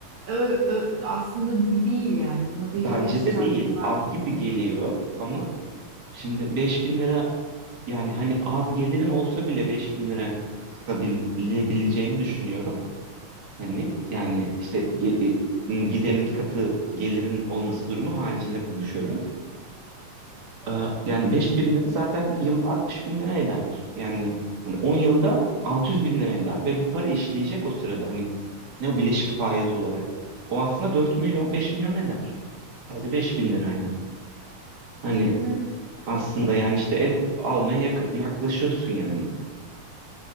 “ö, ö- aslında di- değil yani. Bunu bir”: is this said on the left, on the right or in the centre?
Right